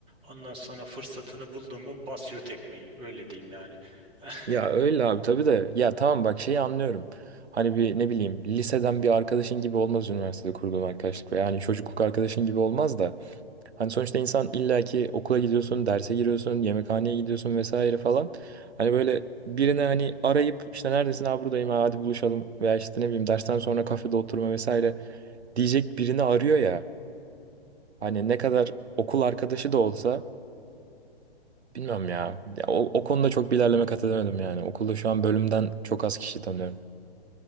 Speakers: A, on the right; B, on the right.
A: ondan sonra fırsatını buldu mu basıyor tekmeyi öyle diyeyim yani <laughs>
B: ya öyle abi tabii de ya tamam bak şeyi anlıyorum. Hani bir ne bileyim liseden bir arkadaşın gibi olmaz üniversitede kurduğun arkadaşlık ve yani çocukluk arkadaşın gibi olmaz da Hani sonuçta insan illaki okula gidiyorsun, derse giriyorsun, yemekhaneye gidiyorsun vesaire falan. Hani böyle birine hani arayıp işte neredesin abi buradayım ha, hadi buluşalım veya işte ne bileyim dersten sonra kafede oturma vesaire diyecek birini arıyor ya. Hani ne kadar okul arkadaşı da olsa bilmiyorum ya. Ya o, o konuda çok bir ilerleme kat edemedim yani. Okulda şu an bölümden çok az kişi tanıyorum.